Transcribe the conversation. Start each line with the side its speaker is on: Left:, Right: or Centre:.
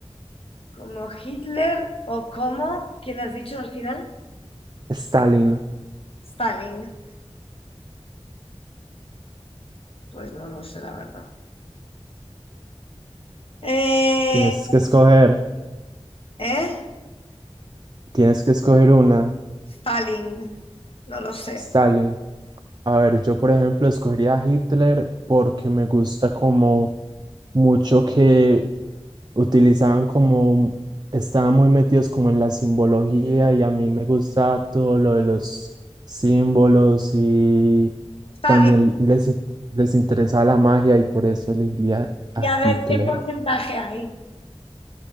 Left: como Hitler o como, ¿quién has dicho al final?
Right: Stalin,
Left: Stalin. Pues no lo sé, la verdad. Eh,
Right: tienes que escoger,
Left: ¿eh?
Right: tienes que escoger una,
Left: Stalin. No lo sé.
Right: Stalin. A ver, yo por ejemplo escogería a Hitler porque me gusta como mucho que utilizaban como, estaban muy metidos como en la simbología y a mí me gusta todo lo de los símbolos y
Left: Está
Right: también
Left: bien.
Right: les, les interesa la magia y por eso elegiría
Left: Y
Right: a
Left: a ver
Right: Hitler.
Left: qué porcentaje hay.